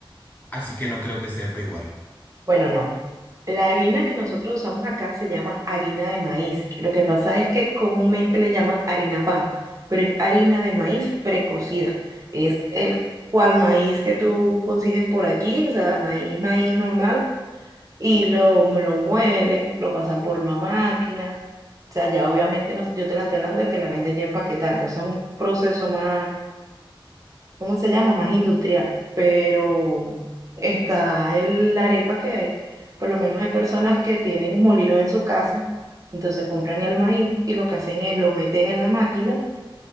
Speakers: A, on the left (about 20°); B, on the right (about 40°).
A: Así que no creo que sepa igual.
B: Bueno, no. La harina que nosotros usamos acá se llama harina de maíz. Lo que pasa es que comúnmente le llaman harina pan, pero es harina de maíz precocida. Es el cual maíz que tú consigues por allí, o sea, maíz, maíz normal, y lo, lo muelen, lo pasan por una máquina. O sea, ya obviamente no- yo te la estoy hablando de que la venden ya empaquetada, entonces es un proceso más, ¿cómo se llama? Más industrial, pero está el, la arepa que hay. Por lo menos hay personas que tienen molinos en su casa, entonces compran el maíz y lo que hacen es lo meten en la máquina,